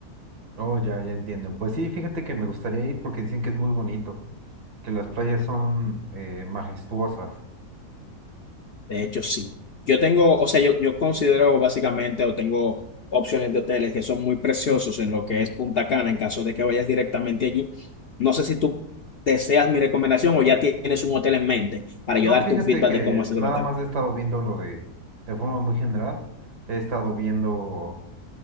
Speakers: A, on the right; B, on the left.
A: Oh, ya, ya entiendo. Pues sí, fíjate que me gustaría ir porque dicen que es muy bonito, que las playas son eh, majestuosas.
B: De hecho, sí. Yo tengo, o sea, yo, yo considero básicamente o tengo opciones de hoteles que son muy preciosos en lo que es Punta Cana, en caso de que vayas directamente allí. No sé si tú deseas mi recomendación o ya tienes un hotel en mente para yo
A: No,
B: darte
A: fíjate
B: un feedback
A: que
B: de cómo es el
A: nada
B: hotel.
A: más he estado viendo lo de, de forma muy general, he estado viendo.